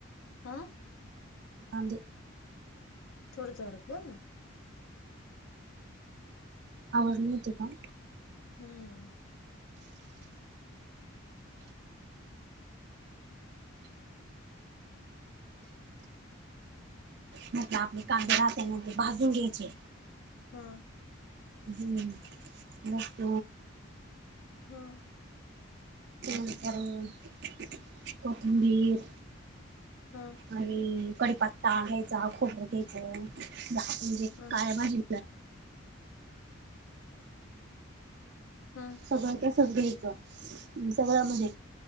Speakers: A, on the left; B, on the right.
A: हा
B: ह ते
A: थोडं जरक बोल ना
B: आ नते का
A: हम्म
B: म्हटलं आपले कांदे राह त्यानंतर भाजून घ्यायचे
A: हा
B: हम्म मस्
A: हा
B: ंत कोथंबीर
A: हा
B: आणि कडीपत्ता घ्यायचा खोबरं घ्यायचं आपण जे
A: हा
B: काळया भाजी
A: हा
B: सगळ्याच्या सजणीच सगळं म्हणजे